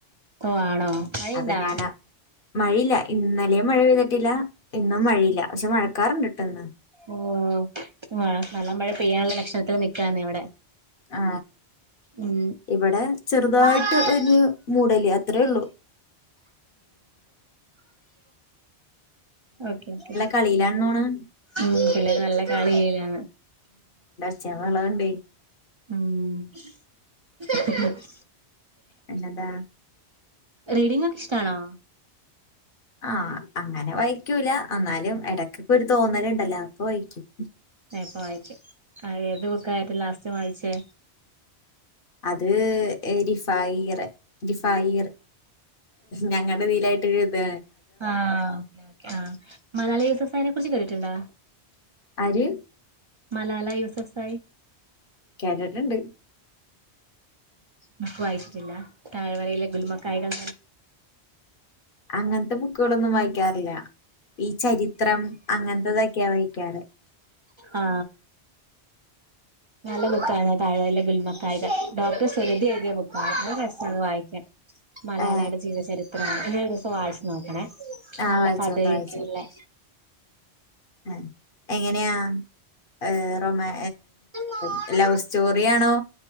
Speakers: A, on the right (about 50°); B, on the left (about 60°).
A: ഓ ആണോ മഴയുണ്ടാ
B: അപ്പൊ ഞന മഴയില്ല ഇന്നലേം മഴ പെയ്ത ട്ടില്ല ഇന്നും മഴയില്ല പക്ഷെ മഴ ക്കാർണ്ട് ട്ടോ ന്ന്
A: ഓ മഴ കള്ള മഴ പെയ്യാനുള്ള ലക്ഷണത്തിൽ നിക്കാണ് ഇവിടെ
B: ആ
A: ഉം
B: ഇവിടെ ചെറുതായിട്ട്
A: ആഹ്
B: ഒരു മൂടൽ യാത്രയേ ഉള്ളു
A: ഓക്കെ ഓക്കെ
B: കളിയിലാന്ന് തോന്നുണ്
A: മം പിള്ളേര് നല്ല കളി യിലാണ്
B: ച്ച വളണ്ടേ ച്ച
A: മം
B: പിന്നന്താ
A: റീഡിംഗ് ഒക്കെ ഇഷ്ടണോ
B: ആ അങ്ങനെ വായിക്കൂല എന്നാലും ഇടക്കൊക്കെ ഒരു തോന്നലുണ്ടല്ലോ അപ്പൊ വായിക്കും.
A: പ്പ വായിക്കും ഏത് ബുക്കാ ഏറ്റം ലാസ്റ്റ് വായിച്ചേ
B: അത് ഏരിഫ് ഫയിറെ ഇങ്കി ഫയിർ ഞങ്ങടെ ഇതിയിലായിട്ട് ഒരു ഇത്
A: ആ ആ മലാലാ യൂസഫ് സായിനെക്കുറിച്ച് കേട്ടിട്ടുണ്ടാ
B: ആര്
A: മലാല യുസഫ് സായി
B: കേട്ടിട്ടുണ്ട്
A: ബുക്ക്‌ വായിച്ചിട്ടില്ലാ താഴ്‌വരയിലെ ഗുലുമക്കായ്കൾ
B: അങ്ങനത്തെ ബുക്കുകളൊന്നും വായിക്കാറില്ല ഈ ചരിത്രം അങ്ങനത്തതൊക്കെയാ വായിക്കാറ്
A: ഉ <inaudible> ആ നല്ല ബുക്കായി താഴ്‌വരയിലെ ഗുൽമക്കായികൾ ഡോക്ടർ സുരഭി എഴുതിയ ബുക്കാണ് നല്ല രസാത് വായിക്കാൻ. മലാലയുടെ
B: ഏ
A: ജീവിചരി ത്രാ ഇനി ഒരു ദിവസം വായിച്ച് നോക്കണേ
B: ആ
A: നല്ല
B: വായിച്ചോക്കെ
A: കഥയൊക്കെല്ലേ
B: വായിച്ചോക്കെ ആ എങ്ങനെയാ ഏ റൊമാ
A: മോളെ
B: <unintelligible> സ്റ്റോറി ആണോ